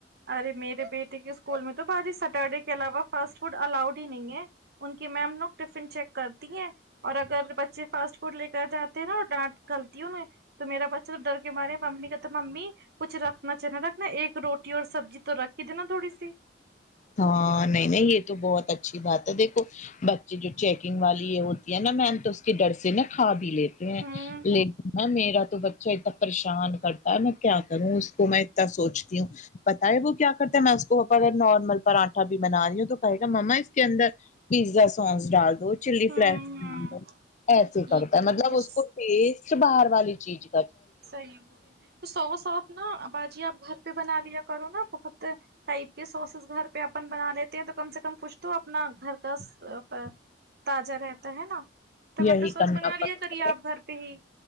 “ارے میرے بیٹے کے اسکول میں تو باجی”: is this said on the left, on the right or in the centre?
Right